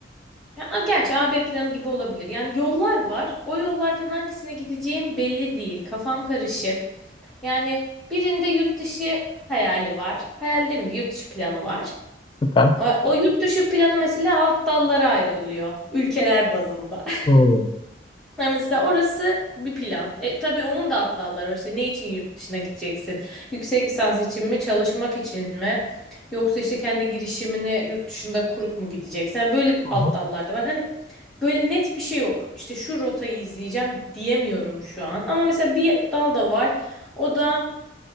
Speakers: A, in the centre; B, on the left.
A: Ya, a- gerçi AB planı gibi olabilir. Yani yollar var. O yollardan hangisine gideceğim belli değil. Kafam karışık. Yani birinde yurt dışı hayali var. Hayal değil mi? Yurt dışı planı var.
B: Süper.
A: O, o yurt dışı planı mesela alt dallara ayrılıyor. Ülkeler bazında. <laughs>
B: Hmm.
A: Yani mesela orası bir plan. E, tabii onun da alt dalları var. İşte ne için yurt dışına gideceksin? Yüksek lisans için mi? Çalışmak için mi? Yoksa işte kendi girişimini yurt dışında kurup mu gideceksin? Yani böyle
B: Aha,
A: alt dallar da var. Hani Böyle net bir şey yok. İşte şu rotayı izleyeceğim diyemiyorum şu an. Ama mesela bir dal da var. O da